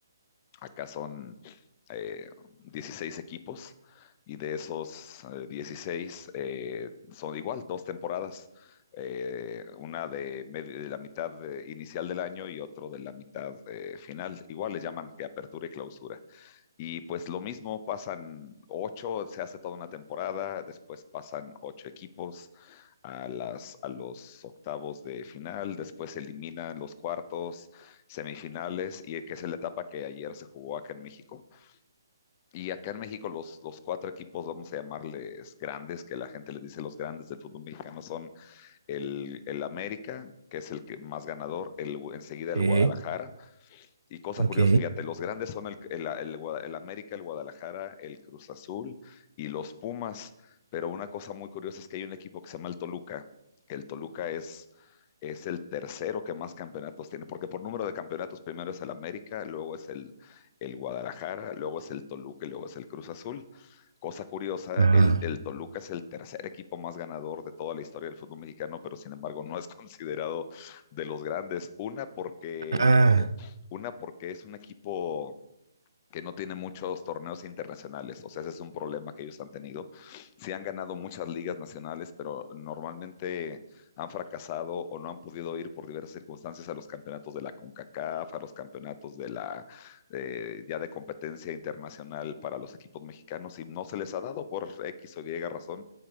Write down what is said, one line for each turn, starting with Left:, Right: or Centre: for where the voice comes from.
Left: Acá son eh, 16 equipos y de esos eh, 16 eh, son igual, dos temporadas, eh, una de, de la mitad eh, inicial del año y otro de la mitad eh, final. Igual le llaman que apertura y clausura. Y pues lo mismo, pasan ocho, se hace toda una temporada, después pasan ocho equipos a las, a los octavos de final, después se eliminan los cuartos, semifinales, y que es la etapa que ayer se jugó acá en México. Y acá en México los, los cuatro equipos, vamos a llamarles grandes, que la gente les dice los grandes del fútbol mexicano, son el, el América, que es el que más ganador, el, enseguida el
Right: Sí,
Left: Guadalajara, y cosa
Right: ok.
Left: curiosa, fíjate, los grandes son el, el- el Guada- el América, el Guadalajara, el Cruz Azul y los Pumas. Pero una cosa muy curiosa es que hay un equipo que se llama el Toluca, que el Toluca es, es el tercero que más campeonatos tiene, porque por número de campeonatos primero es el América, luego es el, el Guadalajara, luego es el Toluca y luego es el Cruz Azul. Cosa curiosa,
Right: Ajá.
Left: el, el Toluca es el tercer equipo más ganador de toda la historia del fútbol mexicano, pero sin embargo no es <laughs> considerado de los grandes. Una, porque
Right: Ah,
Left: una porque es un equipo que no tiene muchos torneos internacionales, o sea, ese es un problema que ellos han tenido. Sí han ganado muchas ligas nacionales, pero normalmente han fracasado o no han podido ir por diversas circunstancias a los campeonatos de la CONCACAF, a los campeonatos de la eh, ya de competencia internacional para los equipos mexicanos y no se les ha dado por X o Y razón.